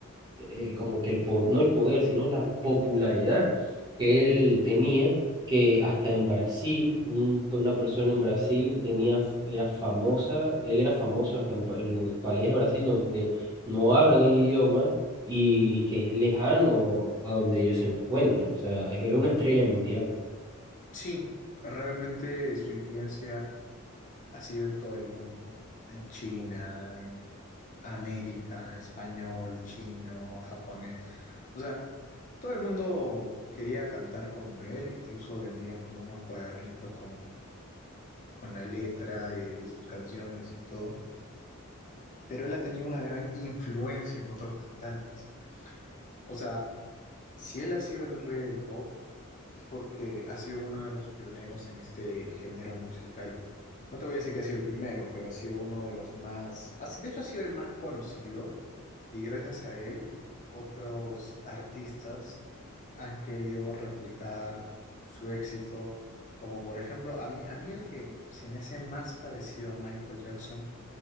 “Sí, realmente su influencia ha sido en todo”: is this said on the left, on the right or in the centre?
Left